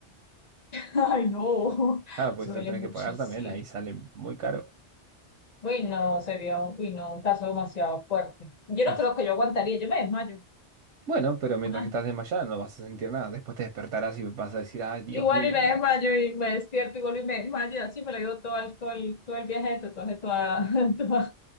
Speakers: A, on the left (about 45°); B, on the right (about 85°).
A: Ay, no,
B: Ah, pues
A: suele
B: si lo tenés
A: muchísimo.
B: que pagar también, ahí sale muy caro.
A: Uy, no, sería un, uy, no, un caso demasiado fuerte. Yo
B: <laughs>
A: no creo que yo aguantaría, yo me desmayo.
B: Bueno, pero mientras
A: Ah,
B: que estás desmayada no vas a sentir nada. Después te despertarás y vas a decir, ay, Dios
A: Igual
B: mío.
A: y me
B: me
A: desmayo
B: da-".
A: y me despierto, igual y me desmayo, y así me lo llevo todo el, todo el, todo el viaje, entonces toda, <laughs> toda,